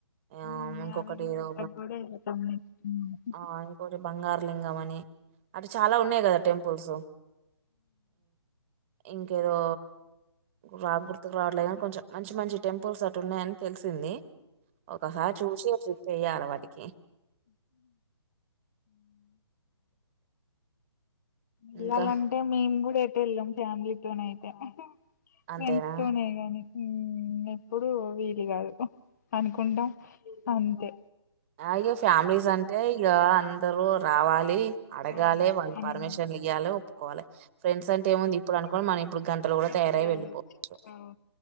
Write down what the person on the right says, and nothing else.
ఆ
ఇంకొఫాస్ట్
కటి ఏదో
ఆ ఒక బంగారులింగంమనే అటు చాలా ఉన్నాయి కదా టెంపుల్స్ ఇంకేదో రా గుర్తుకు రావట్లే కానీ కొంచెం మంచి మంచి టెంపుల్స్ అటు ఉన్నయని తెలిసింది ఒకసారి చూసి ట్రిప్ ఎయ్యాల వాటికి
ఇంకా
అంతేనా
ఆ ఇగ ఫ్యామిలీస్ అంటే ఇక అందరు రావాలి అడగాలి
వాళ్ళు
పర్మిషన్లు
ఇయ్యాలి ఒప్పుకోవాలి ఫ్రెండ్స్ అంటే ఏముంది ఇప్పుడు అనుకోని మనం ఇప్పుడు గంటలు కూడా
తయారై వెళ్ళిపోవచ్చు